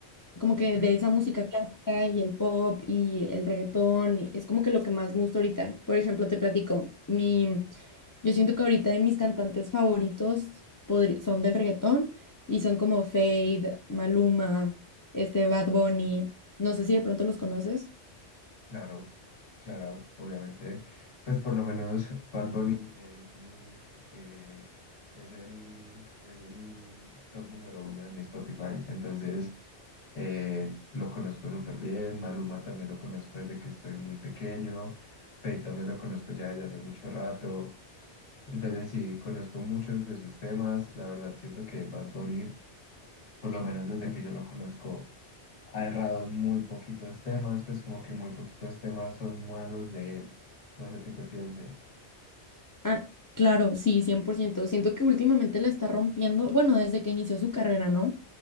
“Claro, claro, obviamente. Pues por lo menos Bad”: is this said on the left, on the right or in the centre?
Left